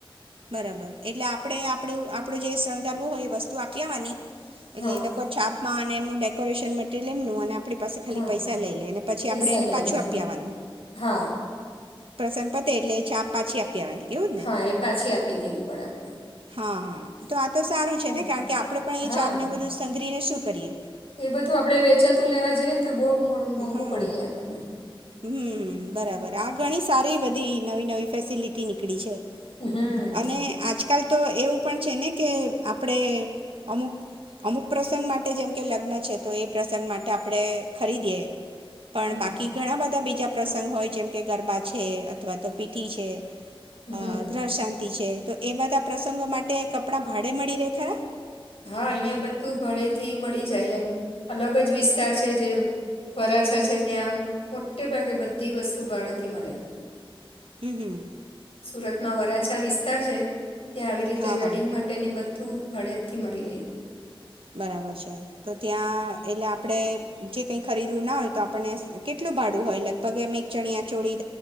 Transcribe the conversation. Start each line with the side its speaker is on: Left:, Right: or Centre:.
Right: બરાબર એટલે આપણે આપડું આપડું જે શણગારવું હોય એ વસ્તુ આપ્યાવાની એટલે
Left: હા
Right: એ લોકો છાપ માં અને એમનું ડેકોરેશન મટરિલ એમનું અને આપ પાસે ખાલી
Left: હા
Right: પૈસા લઈ લે પછી
Left: પૈસા
Right: આપણે એને
Left: લઈ
Right: પાછું
Left: લે
Right: આપવાનું
Left: હા હા
Right: પ્રસન્ન પતે એટલે ચા પાછી આપ પીવાની એવું જ ને
Left: હા એ પાછી આપી દેવી પડે આપણે
Right: હા હા તો તો સારું છે
Left: હમ.
Right: ને કારણ કે આપણેે પણ
Left: હા
Right: એ ચાપ ને બધું સઘરીને શું કરીએ
Left: એ બધું આપડે વેચાતું લેવા જઈએ તો બહુ મોં મોંઘું
Right: હા
Left: પડી જાય આપણને
Right: હમ બરાબર
Left: હમ
Right: આ ઘણી સારી બી તે નવી નવી ફેસિલિટી નીકળી છે
Left: હમ
Right: અને આજકાલ તો એવું પણ છે ને કે આપણે અમુક અમુક પ્રસંગ માટે જેમ કે લગ્ન છે તો એ પ્રસંગ માટે આપણે ખરીદીએ પણ
Left: હમ
Right: બાકી ઘણા બધા બીજા પ્રસંગ હોય જેમ કે ગરબા છે અથવા તો પીઠી છે
Left: હમ
Right: અ, ગ્રહ શાંતિ તો એ બધા પ્રસંગો માટે કપડા ભાડે મળી રે ખરા.
Left: હા અહીં બધું ભાડેથી મળી જાય એમ અલગ જ વિસ્તાર છે જે વરાછા છે ત્યાં આમ મોટે ભાગે બધી વસ્તુ ભાડેથી મળે.
Right: હમ હમ.
Left: સુરતમાં વરાછા વિસ્તાર છે. કે્યા આવી રીતે
Right: હા
Left: વેડિંગ
Right: હા
Left: માટે ની બધ. તું ફડે. મળી રહી.
Right: બરાબર છે તો ત્યાં એટલે આપણેે જે કઈ ખરીદવું ના હોય તો આપણને. કેટલું ભાડું હોય લગભગ અમે. ચણયા ચોડી.